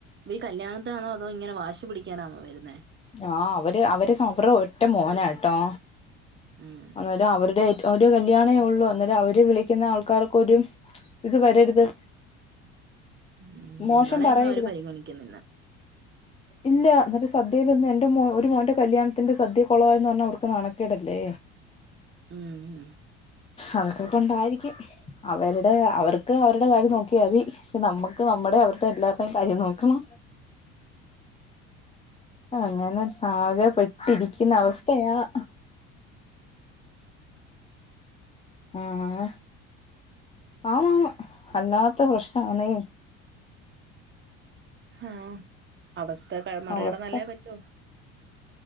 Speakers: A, on the right; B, on the left.
A: ഇവര് കല്യാണത്തിനാണോ അതോ ഇങ്ങനെ വാശി പിടിക്കാനാ വരുന്ന
B: ആഹ് അവ അവര് <unintelligible> ഒറ്റ മോനാട്ടോ
A: ഉം
B: അന്നേരം അവരുടെ ഏറ്റ ഓരോ കല്യാണേ ഉള്ളൂ അന്നേരം അവര് വിളിക്കുന്ന ആൾക്കാർക്കൊരു ഇത് വരരുത്
A: ഉം
B: മോശം
A: നിങ്ങളെയൊന്നും
B: പറയരുത്
A: അവര് പരിഗണിക്കുന്നില്ല
B: ഇല്ല എന്നിട്ട് സദ്യയിലൊന്നും എന്റെ മോ ഒരു മോന്റെ കല്യാണ ത്തിന്റെ സദ്യ കുളവായെന്ന് പറഞ്ഞാൽ അവർക്ക് നണക്കേടല്ലേ
A: ഉം
B: അതൊക്ക ഇപ്പണ്ടായിരിക്കും അവരുടെ അവർക്ക് അവർ എടെ കാര്യം നോക്കിയാ മതി പക്ഷെ നമ്മുക്ക് നമ്മടെ അവരുടെ എല്ലാരുടെേയും കാര്യം നോക്കണം അങ്ങനെ ആകെ പെട്ടിരിക്കുന്ന അവസ്ഥയാ <inaudible> ആ ആ ആ അല്ലാത്ത പ്രശ്നാണേ.
A: ഉം അവസ്ഥ ക മറികടന്നല്ലേ
B: അവസ്ഥ
A: പറ്റോ.